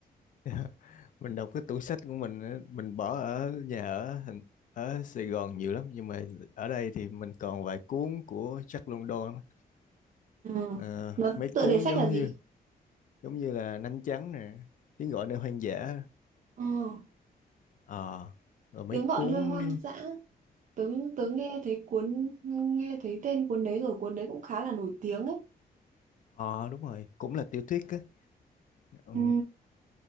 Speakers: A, on the left (about 55°); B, on the right (about 50°).
A: <laughs> Mình đọc cái tủ sách của mình á, mình bỏ ở nhà ở thành ở Sài Gòn nhiều lắm nhưng mà ở đây thì mình còn vài cuốn của Jack London á.
B: ừ.
A: Ờ,
B: nó
A: mấy
B: tựa
A: cuốn
B: đề sách
A: giống
B: là gì
A: như giống như là Nanh Trắng nè, Tiếng gọi nơi hoang dã.
B: ừ.
A: Ờ, rồi mấy
B: tiếng gọi
A: cuốn
B: nơi hoang dã tớ tớ nghe thấy cuốn nghe thấy tên cuốn đấy rồi cuốn đấy cũng khá là nổi tiếng ấy
A: ờ đúng rồi, cũng là tiểu thuyết á. Ừ.
B: Ừ.